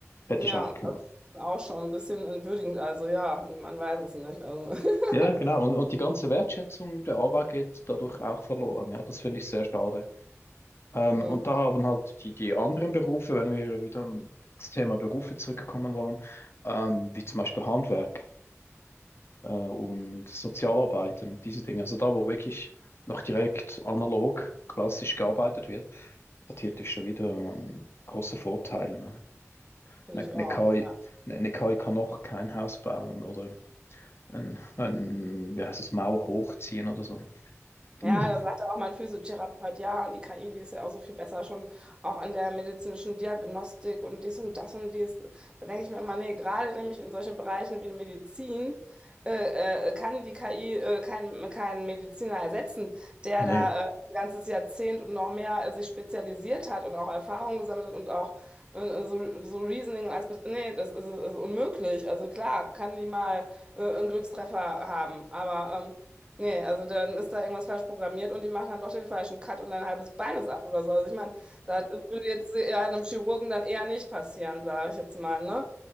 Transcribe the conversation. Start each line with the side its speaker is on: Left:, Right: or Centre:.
Left: hätte
Right: ja,
Left: ich auch können.
Right: das ist auch schon ein bisschen entwürdigend. Also ja, man weiß es nicht. Also, <laughs>
Left: Ja, genau. Und, und die ganze Wertschätzung der Arbeit geht dadurch auch verloren. Ja, das finde ich sehr schade. Ähm,
Right: hm,
Left: und da haben halt die, die anderen Berufe, wenn wir wieder ins Thema Berufe zurückkommen wollen, ähm, wie zum Beispiel Handwerk. äh, und Sozialarbeitern und diese Dinge. Also da, wo wirklich noch direkt analog, klassisch gearbeitet wird, hat hier natürlich schon wieder ähm, große Vorteile. Ne?
Right: finde
Left: Eine,
Right: ich auch.
Left: eine KI,
Right: ja.
Left: eine, eine KI kann noch kein Haus bauen oder ein, ein wie heißt es, Mauer hochziehen oder so. Hm,
Right: Ja, da sagte auch mein Physiotherapeut, ja, und die KI, die ist ja auch so viel besser schon auch in der medizinischen Diagnostik und dies und das und dies. Da denke ich mir immer, nee, gerade nämlich in solchen Bereichen wie Medizin äh, äh, kann die KI äh, keinen keinen Mediziner ersetzen, der
Left: nee.
Right: da äh, ein ganzes Jahrzehnt und noch mehr äh, sich spezialisiert hat und auch Erfahrung gesammelt hat und auch äh, so, so Reasoning als, nee, das ist, ist unmöglich. Also klar, kann die mal äh, einen Glückstreffer haben, aber ähm, Nee, also dann ist da irgendwas falsch programmiert und die machen dann doch den falschen Cut und dein halbes Bein ist ab oder so. Also ich meine, das würde jetzt ja einem Chirurgen dann eher nicht passieren, sage ich jetzt mal, ne?